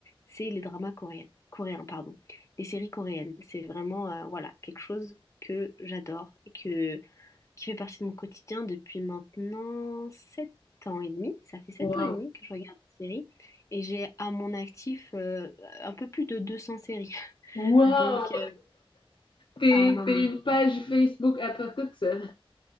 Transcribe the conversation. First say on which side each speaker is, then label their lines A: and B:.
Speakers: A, on the left (about 30°); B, on the left (about 55°).
A: c'est les dramas coréens, coréens, pardon, les séries coréennes. C'est vraiment, euh, voilà, quelque chose que j'adore et que, qui fait partie de mon quotidien depuis maintenant sept ans et demi. Ça fait sept
B: Waouh!
A: ans et demi que je regarde des séries et j'ai à mon actif euh, un peu plus de 200 séries. <laughs>
B: Waouh!
A: Donc, euh,
B: T'es,
A: ah non,
B: t'es
A: mais,
B: une page Facebook à toi toute seule.